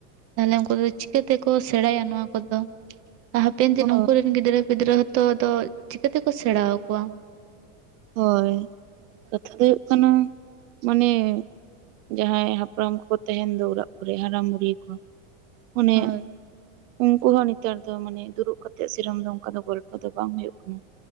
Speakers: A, on the right; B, on the right.
A: ᱛᱟᱦᱞᱮ ᱩᱱᱠᱩ ᱫᱚ ᱪᱤᱠᱟᱹ ᱛᱮᱠᱚ ᱥᱮᱬᱟᱭᱟ ᱱᱚᱣᱟ ᱠᱚᱫᱚ? ᱦᱟᱯᱮᱱ ᱫᱤᱱ
B: ᱚ
A: ᱩᱱᱠᱩᱨᱮᱱ ᱜᱤᱫᱽᱨᱟᱹ ᱯᱤᱫᱽᱨᱟᱹ ᱦᱚᱸᱛᱚ ᱟᱫᱚ ᱪᱤᱠᱟᱹᱛᱮᱠᱚ ᱥᱮᱬᱟ ᱟᱠᱚᱣᱟ?
B: ᱦᱳᱭ ᱠᱟᱛᱷᱟ ᱫᱚ ᱦᱩᱭᱩᱜ ᱠᱟᱱᱟ ᱢᱟᱱᱮ ᱡᱟᱦᱟᱸᱭ ᱦᱟᱯᱲᱟᱢ ᱠᱚᱠᱚ ᱛᱟᱦᱮᱱ ᱫᱚ ᱚᱲᱟᱜ ᱠᱚᱨᱮ ᱦᱟᱲᱟᱢ ᱵᱩᱲᱦᱤ ᱠᱚ ᱚᱱᱮ
A: ᱦᱳᱭ
B: ᱩᱱᱠᱩ ᱦᱚᱸ ᱱᱮᱛᱟᱨ ᱫᱚ ᱢᱟᱱᱮ ᱫᱩᱲᱩᱵ ᱠᱟᱛᱮᱜ ᱥᱤᱨᱚᱢ ᱫᱚ ᱚᱱᱠᱟ ᱫᱚ ᱜᱚᱞᱯᱚ ᱫᱚ ᱵᱟᱝ ᱦᱩᱭᱩᱜ ᱠᱟᱱᱟ